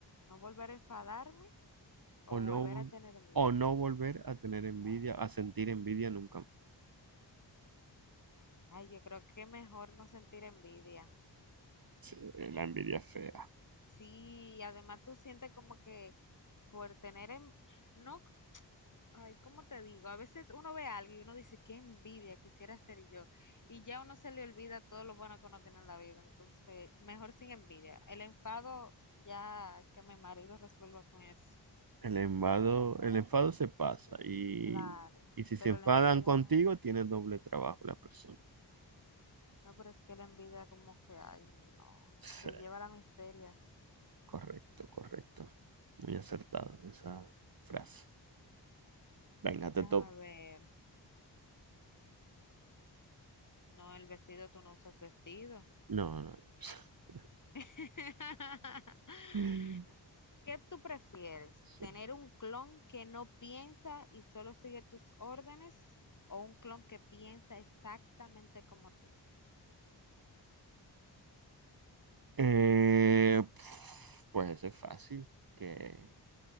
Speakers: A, on the left; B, on the right.
A: No volver a enfadarme
B: O
A: o
B: no,
A: volver
B: vol-
A: a tener envidia.
B: o no volver a tener envidia, a sentir envidia nunca más.
A: Ay, yo creo que mejor no sentir envidia.
B: Sí, la envidia es fea.
A: Sí, además tú sientes como que por tener, en- no Ay, ¿cómo te digo? A veces uno ve a alguien y uno dice, qué envidia quisiera ser yo. Y ya uno se le olvida todo lo bueno que uno tiene en la vida. Entonces, mejor sin envidia. El enfado, ya que mi marido resuelva con eso.
B: El enfado, el enfado se pasa y,
A: Claro,
B: y si se
A: pero
B: enfadan
A: la envidia
B: contigo,
A: no.
B: tienes doble trabajo la persona.
A: No, pero es que la envidia como que, ay, no.
B: Sí,
A: Te lleva a la miseria.
B: correcto, correcto. Muy acertado esa frase. Venga,
A: Déjame
B: te toco.
A: ver. No, el vestido, tú no usas vestido.
B: No, no. <laughs>
A: <laughs>
B: Mm.
A: ¿Qué tú prefieres?
B: Sí.
A: ¿Tener un clon que no piensa y solo sigue tus órdenes? ¿O un clon que piensa exactamente como tú?
B: Eh, pf, pues ese es fácil, que,